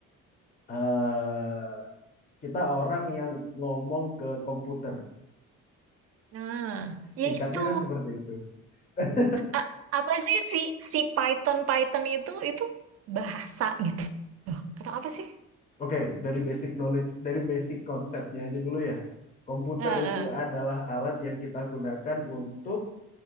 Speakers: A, on the left; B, on the right.
A: eh kita orang yang ngomong ke komputer.
B: Nah, ya
A: Singkatnya
B: itu.
A: kan seperti itu. <laughs>
B: A- apa sih si si Python Python itu itu bahasa gitu atau apa sih?
A: Oke, dari basic knowledge, dari basic konsepnya aja dulu ya. Komputer
B: Eh, eh,
A: itu adalah alat yang kita gunakan untuk